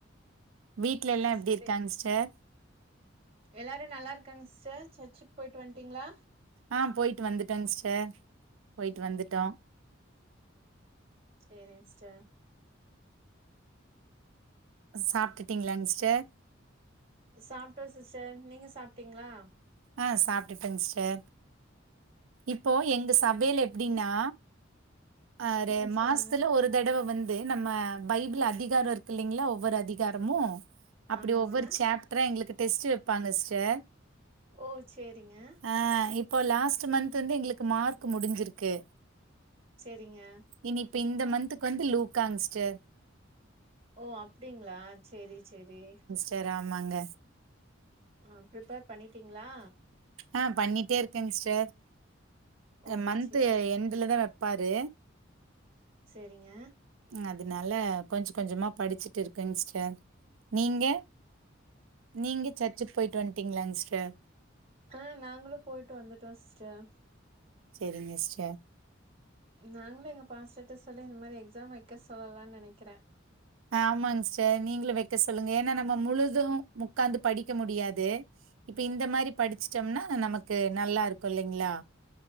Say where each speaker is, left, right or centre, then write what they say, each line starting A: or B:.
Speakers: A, on the right; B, on the right.
A: வீட்லல்லா எப்டி
B: சண்டே
A: இருக்காங்க சிஸ்டர்
B: எல்லாரு நல்லாருக்காங்க சிஸ்டர் சர்ச்சுக்கு போய்ட்டு வந்ட்டீங்களா
A: ஆ போய்ட்டு வந்துட்டங் சிஸ்டர் போய்ட்டு வந்துட்டோ
B: சேரிங் சிஸ்டர்
A: சாப்டுட்டீங்களாங் சிஸ்டர்
B: சாப்ட்டோ சிஸ்டர் நீங்க சாப்ட்டீங்களா
A: ஆ சாப்டுடங் சிஸ்டர் இப்போ எங்க சபைய்ல எப்டின்னா அ ரெ
B: ம்
A: மாஸ்த்துல
B: சொல்லுங்க
A: ஒரு தடவ வந் து நம்ம பைபிள் அதிகாரோ இருக்கு இல்லிங்களா ஒவ்வொரு அதிகாரமு அப்டி
B: ஆமாங்க
A: ஒவ்வொரு சேப் ட்ரா எங்களுக்கு டெஸ்ட்டு வெப்பாங்க சிஸ்டர்
B: ஓ சேரிங்க
A: ஆ இப்போ லாஸ்ட் மந்த் வந்து எங்களுக்கு மார்க் முடிஞ்சிருக்கு
B: செரிங்க
A: இனி இப்ப இந்த மந்த்துக்கு வந்து லூகாங்ஸ்டர்
B: ஓ அப்டிங்ளா செரி செரி
A: டெராமாங்க
B: ஆ ப்ரிப்பேர் பண்ணிட்டீங்ளா
A: ஆ பண்ணிட்டே இருக்கேங் சிஸ்டர்
B: ஓ
A: மன்த்து
B: சேரிங்க
A: எண்டுல தா வெப்பாரு
B: செரிங்க
A: அதனால கொஞ்ச கொஞ்சமா படிச்சுட்டு இருக்கங்சிஸ்டர் நீங்க நீங்க சர்ச்சுக்கு போய்ட்டு வந்ட்டீங்களாஸ்டர்
B: ஆ நாங்களு போய்ட்டு வந்துட்டோ சிஸ்டர்
A: செரிங்க சிஸ்டர்
B: நாங்ளு எங்க பாஸ்டரட்ட சொல்லி இந்த மாரி எக்ஸாம் வைக்க சொல்லலான் நெனைக்கிறே
A: ஆமாங்ஸ்டர் நீங்ளு வெக்க சொல்லுங்க ஏன்னா நம்ம முழுது முக்காந்து படிக்க முடியாது இப்ப இந்த மாரி படிச்சுட்டம்னா நமக்கு நல்லாருக்கூ இல்லைங்ளா